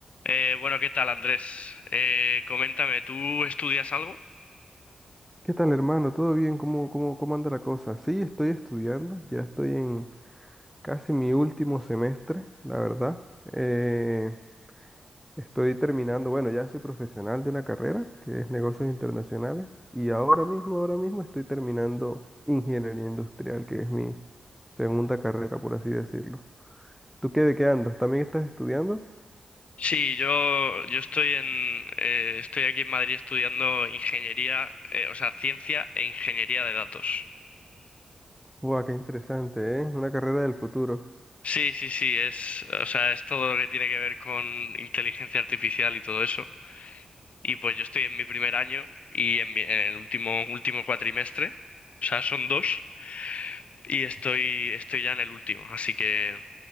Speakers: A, on the left; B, in the centre.
A: Eh, bueno, ¿qué tal, Andrés? Eh, coméntame, ¿tú estudias algo?
B: ¿Qué tal, hermano? ¿Todo bien? ¿Cómo, cómo, cómo anda la cosa? Sí, estoy estudiando, ya estoy en casi mi último semestre, la verdad. Eh, estoy terminando, bueno, ya soy profesional de una carrera que es negocios internacionales y ahora mismo, ahora mismo estoy terminando ingeniería industrial, que es mi segunda carrera, por así decirlo. ¿Tú qué de qué andas? ¿También estás estudiando?
A: Sí, yo, yo estoy en, eh, estoy aquí en Madrid estudiando ingeniería, eh, o sea, ciencia e ingeniería de datos.
B: ¡Buah, qué interesante, eh! Una carrera del futuro.
A: Sí, sí, sí, es, o sea, es todo lo que tiene que ver con inteligencia artificial y todo eso. Y pues yo estoy en mi primer año y en, mi- en el último, último cuatrimestre, o sea, son dos, y estoy, estoy ya en el último, así que...